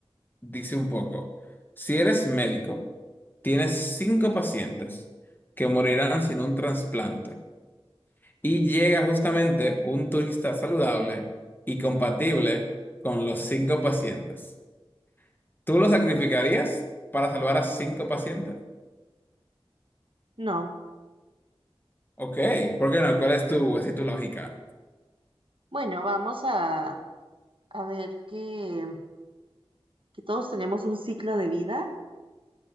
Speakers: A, on the left; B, on the right.
A: dice un poco, si eres médico, tienes cinco pacientes que morirán sin un trasplante. Y llega justamente un turista saludable y compatible con los cinco pacientes. ¿Tú lo sacrificarías para salvar a cinco pacientes?
B: No.
A: Ok, ¿por qué no? ¿Cuál es tu, así tu lógica?
B: Bueno, vamos a, a ver que, que todos tenemos un ciclo de vida